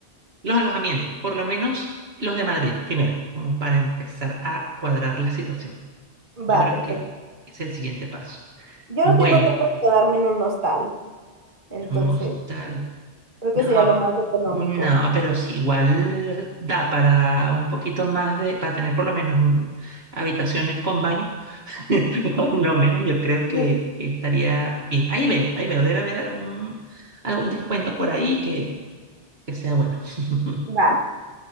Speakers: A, on the right; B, on the right.
A: los alojamientos, por lo menos los de Madrid primero, como para empezar a cuadrar la situación. Yo
B: Va,
A: creo
B: perfecto.
A: que es el siguiente paso.
B: Yo
A: Bueno.
B: no tengo tema de quedarme en un hostal, entonces
A: Un hostal.
B: creo que
A: No,
B: sería lo más económico.
A: no, pero sí, igual da para un poquito más de, para tener por lo menos un- habitaciones con baño. <laughs> Por lo menos yo creo que,
B: Sí,
A: que estaría bien. Ahí veo, ahí veo, debe haber algún, algún descuento por ahí que, que sea bueno. <laughs>
B: Va,